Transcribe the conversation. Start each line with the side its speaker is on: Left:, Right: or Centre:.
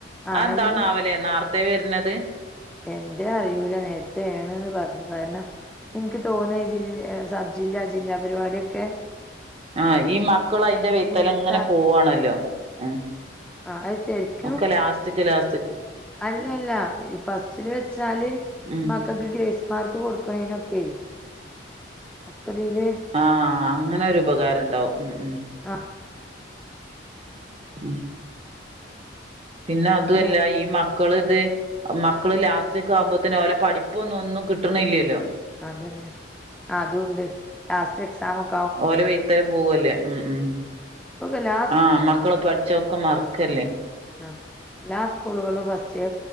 Centre: ആഹ്
Right: അയെന്താണാവലെ
Centre: എല്ല
Right: നാർത്തേ വര്ണത്
Centre: എന്തേ അറിയൂലാ നേർത്തേ ആണ്ന്ന് പറഞ്ഞു കാരണം ഇൻക്ക് തോന്നാ ഈ ജിൽ ഏഹ് സബ് ജില്ല ജില്ലാ പരിപാടിയൊക്കെ
Right: ആഹ് ഈ മക്കളും അയ്ന്റെ വെയ്ത്തലെ
Centre: നേരത്തെ
Right: ഇങ്ങനെ പോവാണല്ലോ ഉം
Centre: ആഹ് അത് ശരിക്കും
Right: ഒക്കെ ലാസ്റ്റ്ക്ക് ലാസ്
Centre: അല്ലല്ല ഈ ഫസ്റ്റില് വെച്ചാല്
Right: ഉം
Centre: മ ക്കക്ക് ഗ്രേസ് മാർക്ക് കൊടുക്ക്ണെയ്നൊക്കെ ഒക്കതീല്
Right: ആഹ അങ്ങനെരു ഉപകാരം ഉണ്ടാവും ഉം ഉം
Centre: ആഹ്
Right: ഉം പിന്നെ
Centre: നേരത്തെ
Right: അതു അല്ല
Centre: നേ
Right: ഈ മ മക്കള്ത് മക്കള് ലാസ്റ്റ് ക്കാകുമ്പോത്ത്ന് ഓലെ പഠിപ്പൊന്നും ഒന്നും കിട്ടണില്ലല്ലോ
Centre: അതന്നെ അതൂണ്ട് ലാസ്റ്റ് എക്സാംമൊക്കെ
Right: ഓലെ വെയത്തല പോവല്ലേ ഉം ഉം
Centre: ഇപ്പൊക്കെ എല്ലാ
Right: ആഹ മക്കള് പഠിച്ചൊക്കെ മറക്കല്ലേ
Centre: ആഹ എല്ലാ സ്കൂളുകളും ഫസ്റ്റ്